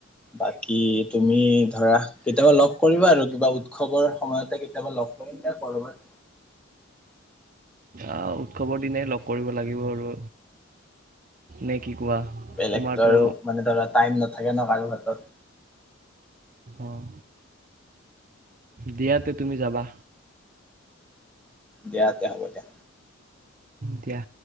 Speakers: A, in the centre; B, on the right (about 40°).
A: বাকী তুমি ধৰা কেতিয়াবা লগ কৰিবা আৰু কিবা উৎসৱৰ সময়তে কেতিয়াবা লগ কৰিম এতিয়া কৰবাত।
B: আহ উৎসৱৰ দিনাই লগ কৰিব লাগিব আৰু নে কি। কোৱা
A: বেলেগতো
B: তোমাৰতো
A: আৰু মানে ধৰা টাইম নাথাকে ন কাৰো হাতত।
B: অহ। দিয়া তে তুমি যাবা।
A: দিয়া তে হ'ব দিয়া।
B: দিয়া।